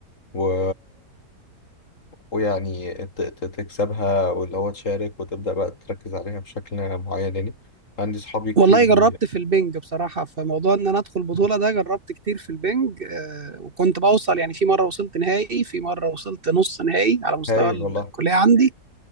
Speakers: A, on the left (about 50°); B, on the right (about 35°).
A: و... ويعني ت... ت- تكسبها واللي هو تشارك وتبدأ بقى تركز عليها بشكل معين يعني عندي صحابي كتير
B: والله
A: بي
B: جربت في البنج بصراحة في موضوع إن أنا أدخل بطولة ده جربت كتير في البنج آه، وكنت بوصل يعني في مرة وصلت نهائي في مرة وصلت نص نهائي على مستوى
A: هايل
B: ال-
A: والله
B: الكلية عندي